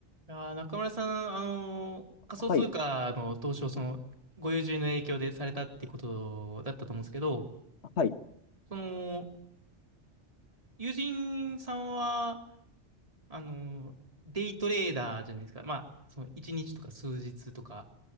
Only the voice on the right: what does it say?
あー、中村さん、あのー仮想通貨の投資をその、
ご友人の影響でされたってことだったと思うんですけど、
その、友人さんは、あのーデイトレーダーじゃないですか。まあ、その1日とか数日とか。